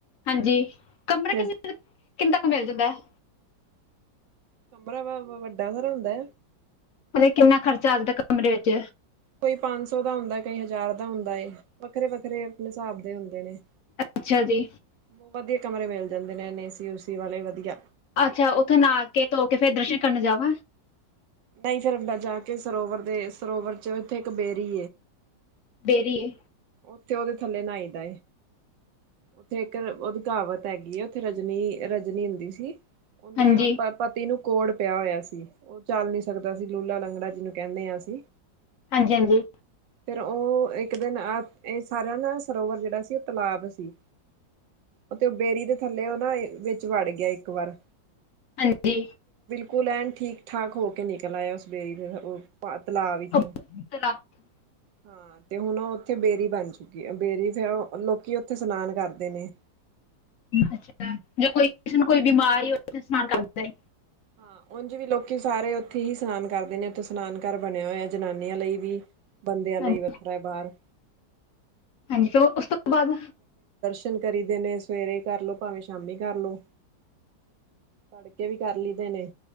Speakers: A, on the left; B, on the right.
A: ਹਾਂਜੀ ਕਮਰਾ
B: ਫਿਰ
A: ਕਿੰਨੇ ਤ ਕਿੰਨੇ ਤੱਕ ਮਿਲ ਜਾਂਦਾ ਹੈ।
B: ਕਮਰਾ ਵੱਡਾ ਸਾਰਾ ਹੁੰਦਾ
A: ਉਹ ਕਿੰਨਾ ਖਰਚਾ ਅੱਜ ਦਾ ਕਮਰੇ ਵਿੱਚ।
B: ਕੋਈ ਪੰਜ ਸੌ ਦਾ ਹੁੰਦਾ ਕਈ ਹਜ਼ਾਰ ਦਾ ਹੁੰਦਾ ਏ ਵੱਖਰੇ ਵੱਖਰੇ ਆਪਣੇ ਹਿਸਾਬ ਦੇ ਹੁੰਦੇ ਨੇ
A: ਅੱਛਾ ਜੀ
B: ਬਹੁਤ ਵਧੀਆ ਕਮਰੇ ਮਿਲ ਜਾਂਦੇ ਨੇ ਐਨ ਏਸੀ ਉਸੀ ਵਾਲੇ ਵਧੀਆ।
A: ਅੱਛਾ ਉੱਥੇ ਨਾਹਾ ਕੇ ਧੋ ਕੇ ਫੇਿਰ ਦਰਸ਼ਨ ਕਰਨ ਜਾਵ।
B: ਨਹੀਂ ਫੇਿਰ ਅੰਡ ਜਾ ਕੇ ਸਰੋਵਰ ਦੇ ਸਰੋਵਰ ਚ ਇੱਥੇ ਇੱਕ ਬੇਰੀ
A: ਬੇਰੀਏ
B: ਉੱਥੇ ਉਹਦੇ ਥੱਲੇ ਨਹਾਈ ਦਾ ਉੱਥੇ ਇੱਕ ਉਹਦੀ ਕਾਵਤ ਹੈਗੀ। ਉੱਥੇ ਰਜਨੀ, ਰਜਨੀ ਹੁੰਦੀ ਸੀ। ਉਹਦੇ
A: ਹਾਂਜੀ
B: ਪਤੀ ਨੂੰ ਕੋੜ ਪਿਆ ਹੋਇਆ ਸੀ ਉਹ ਚੱਲ ਨੀ ਸਕਦਾ ਸੀ ਲੂਲਾ ਲੰਗੜਾ ਜਿਹਨੂੰ ਕਹਿੰਦੇ ਹਾਂ ਅਸੀਂ।
A: ਹਾਂਜੀ ਹਾਂਜੀ
B: ਫਿਰ ਉਹ ਇੱਕ ਦਿਨ ਇਹ ਸਾਰਿਆਂ ਦਾ ਸਰੋਵਰ ਜਿਹੜਾ ਸੀ ਉਹ ਤਲਾਬ ਸੀ ਤੇ ਉਹ ਬੇਰੀ ਦੇ ਥੱਲੇ ਉਹ ਨਾ ਵਿੱਚ ਵੜ ਗਿਆ ਇੱਕ ਵਾਰ
A: ਹਾਂਜੀ।
B: ਕੋ ਲੈਣ ਠੀਕ, ਠਾਕ ਹੋ ਕੇ ਨਿਕਲ ਆਇਆ ਉਸ ਬੇਰੀ ਉਹ ਤਲਾਅ ਵਿੱਚੋਂ।
A: ਉਹ ਤਲਾਬ ਤੋਂ।
B: ਹਾਂ ਤੇ ਹੁਣ ਉੱਥੇ ਬੇਰੀ ਬਣ ਚੁੱਕੀ ਬੇਰੀ ਫੇਿਰ ਲੋਕੀ ਉੱਥੇ ਸਸ਼ਨਾਨ ਕਰਦੇ ਨੇ।
A: ਅੱਛਾ ਜਾਂ ਕੋਈ ਕਿਸੇ ਨੂੰ ਕੋਈ ਬਿਮਾਰ ਹੀ ਹੋਥੇ ਇਸ਼ਨਾਨ ਕਰਦਾ।
B: ਹਾਂ ਉਂਝ ਵੀ ਲੋਕੀ ਸਾਰੇ ਉੱਥੇ ਹੀ ਇਸ਼ਨਾਨ ਕਰਦੇ ਨੇ ਉੱਥੇ ਸਸ਼ਨਾਨ ਘਰ ਬਣਿਆ ਹੋਇਆ ਜਨਾਨੀਆਂ ਲਈ ਵੀ ਬੰਦਿਆਂ ਲਈ
A: ਹਾਂਜੀ
B: ਵੱਖਰਾ ਬਾਹਰ।
A: ਹਾਂਜੀ। ਫਿਰ ਉਸ ਤੋਂ ਬਾਅਦ
B: ਦਸ਼ਨ ਕਰੀ ਦੇ ਨੇ ਸਵੇਰੇ ਕਰ ਲਓ ਭਾਵੇਂ ਸ਼ਾਮੀ ਕਰਲਓ ਤੜਕੇ ਵੀ ਕਰ ਲਈਦੇ ਨੇ।